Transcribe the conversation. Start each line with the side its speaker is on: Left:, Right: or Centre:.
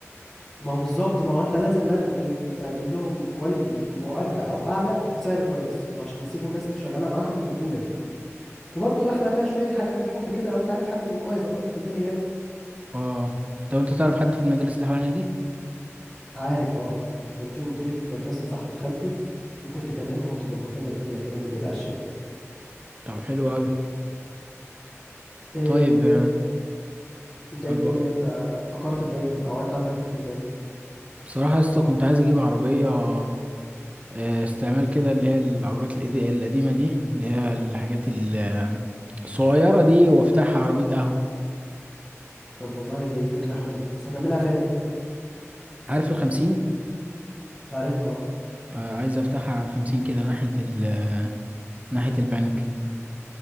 Centre: ما هو بالظبط ما هو انت لازم بقى تقدم تقدم لهم كواليتي مقاربه او اعلى بسعر كويس هم عشان يسيبوا الناس اللي شغاله معاهم ويجوا لك وبرضه داخله فيها شويه حاجات بالحب كده لو انت عارف حد من جوه هيظبط لك الدنيا يعني.
Right: اه طب انت تعرف حد في المدارس اللي حوالينا دي
Centre: عارف اه كان في مديره مدرسه صاحبه خالتي ممكن تكلمها وتظبط لنا الدنيا فيها ما تقلقش يعني
Right: طب حلو قوي
Centre: إيه
Right: طيب
Centre: انت
Right: آه،
Centre: إيه، انت ايه
Right: أب-
Centre: الدنيا انت فكرت في ايه او انت عندك فكره ايه
Right: بصراحة يا اسطى كنت عايز اجيب عربية آه، استعمال كده اللي هي العربيات القدي- القديمة دي اللي هي الحاجات ال- الصغيرة دي وافتحها عربية قهوة
Centre: طب والله دي فكره حلوه بس هتعملها فين
Right: عارف الخمسين
Centre: عارفها آه.
Right: آه، عايز افتحها على الخمسين كده ناحية ال ناحية البنك